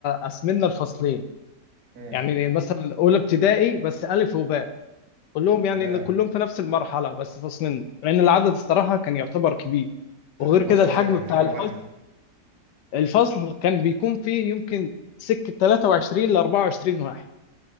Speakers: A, on the left; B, on the right.
A: قسمنا الفصلين
B: مم.
A: يعني مثلا أولى ابتدائي بس ألف وباء كلهم يعني
B: تمام
A: إن كلهم في نفس المرحلة بس فصلين لأن العدد الصراحة كان يعتبر كبير وغير
B: ت- الفصل
A: كده الحجم
B: مثلا كان
A: بتاع
B: فيه كام
A: الفصل
B: واحد
A: الفصل كان بيكون فيه يمكن سكة 23 ل 24 واحد